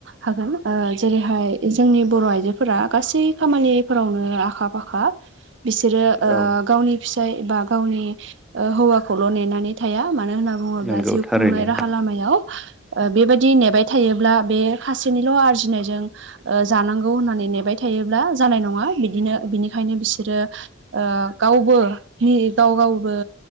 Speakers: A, on the right (about 60°); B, in the centre.
A: हागोन ओ जेरैहाय जोंनि बर' आइजोफोरा गासै खामानि फोरावनो आखा फाखा बिसोरो ओ
B: औ
A: गावनि फिसाय बा गावनि हौवाखौल' नेनानै थाया मानो होनना बुङोब्ला
B: नंगौ
A: जिउ
B: थारैनो
A: खुंनाय राहा लामायाव ओ बेबायदि नेबाय थायोब्ला बे खासेनिल' आरजिनायजों ओ जानांगौ होननानै नेबाय थायोब्ला जानाय नङा बिदिनो बिनिखायनो बिसोरो ओ गावबो नि गाव गावबो